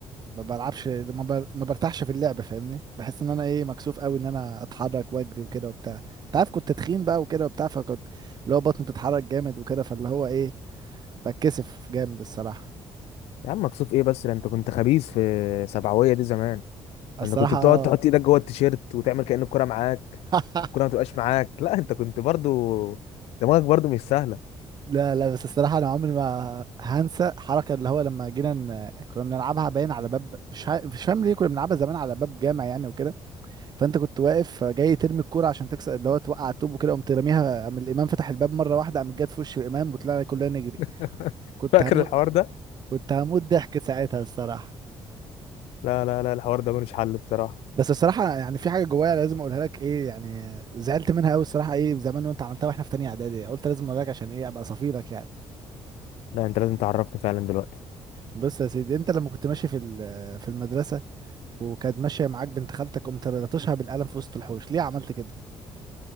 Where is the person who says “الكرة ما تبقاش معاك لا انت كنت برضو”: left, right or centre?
Left